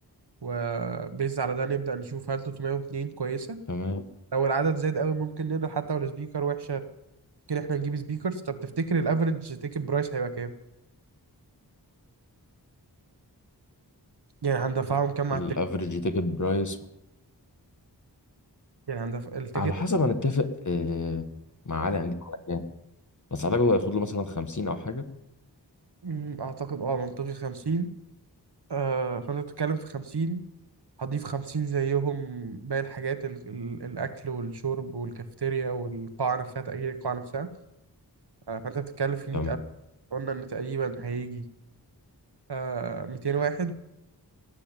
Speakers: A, on the right; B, on the left.
A: وبيز على ده نبدأ نشوف هل 302 كويسة
B: تمام
A: لو العدد زاد قوي ممكن نقدر حتى لو سبيكر وحشة ممكن احنا نجيب سبيكرز طب تفتكر الافرج تيكت برايس هيبقى كام يعني هندفعهم كام
B: الافريج
A: على التيكت
B: تيكت برايس
A: يعني هندفع التيكت
B: على حسب هنتفق آه، مع علي هنجيب على كام بس على الاقل هياخد له مثلا 50 او حاجه
A: مم، اعتقد اه منطقي 50 آه فانت بتتكلم في 50 هضيف 50 زيهم باقي الحاجات ال... ال... الاكل والشرب والكافيتيريا والقاعة نفسها تأجير القاعة نفسها آه، فانت بتتكلم في 100000
B: تمام
A: قلنا ان تقريبا هيجي آه 200 واحد